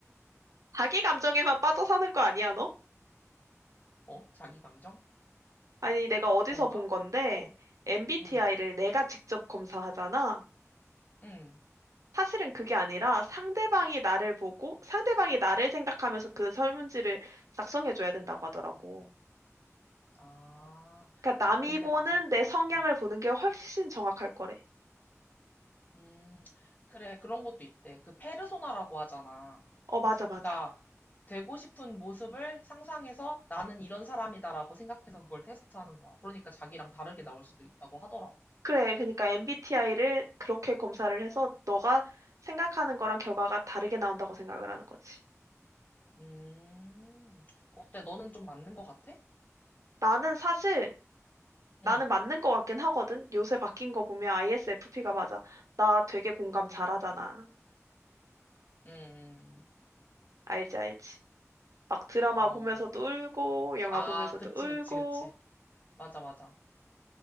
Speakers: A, on the right; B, on the left.
A: 자기 감정에만 빠져 사는 거 아니야, 너?
B: 어? 자기 감정?
A: 아니, 내가 어디서
B: 그런가?
A: 본 건데,
B: 어,
A: MBTI를
B: 응,
A: 내가 직접 검사하잖아.
B: 응.
A: 사실은 그게 아니라 상대방이 나를 보고, 상대방이 나를 생각하면서 그 설문지를 작성해줘야 된다고 하더라고.
B: 아,
A: 그러니까
B: 아,
A: 남이
B: 근데
A: 보는
B: 맞아.
A: 내 성향을
B: 어,
A: 보는 게 훨씬 정확할 거래.
B: 음, 그래. 그런 것도 있대. 그 페르소나라고 하잖아.
A: 어, 맞아,
B: 자기가
A: 맞아.
B: 되고 싶은 모습을 상상해서 나는 이런 사람이다라고 생각해서 그걸 테스트하는 거야. 그러니까 자기랑 다르게 나올 수도 있다고 하더라고.
A: 그래, 그러니까 MBTI를 그렇게 검사를 해서 너가 생각하는 거랑 결과가 다르게 나온다고 생각을 하는 거지.
B: 음, 어때? 너는 좀 맞는 것 같아?
A: 나는 사실 나는
B: 응.
A: 맞는 거 같긴 하거든. 요새 바뀐 거 보면 ISFP가 맞아. 나 되게 공감
B: 음.
A: 잘하잖아.
B: 음,
A: 알지, 알지. 막 드라마
B: 어.
A: 보면서도 울고, 영화
B: 아,
A: 보면서도
B: 그치,
A: 울고.
B: 그치, 그치. 맞아, 맞아.